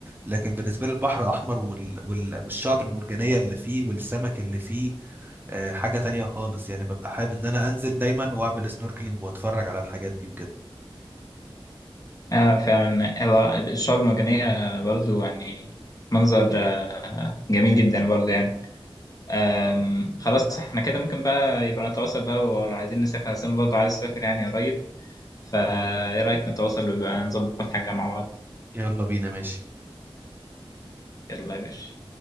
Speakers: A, on the right; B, on the left.
A: لكن بالنسبة لي البحر الأحمر وال وال والشعب المرجانية اللي فيه والسمك اللي فيه آه، حاجة تانية خالص يعني ببقى حابب إن أنا أنزل دايما وأعمل سنوركلينج وأتفرج على الحاجات دي وكده
B: آه فعلا هو الشعاب المرجانيه برضه يعني منظر آه جميل جدا برضه يعني أم، خلاص احنا كده ممكن بقى يبقى نتواصل بقى وعايزين نسافر عشان برضه عايز اسافر يعني قريب فايه رأيك نتواصل ويبقى نظبط حاجة مع بعض
A: يلا بينا ماشي
B: يلا يا باشا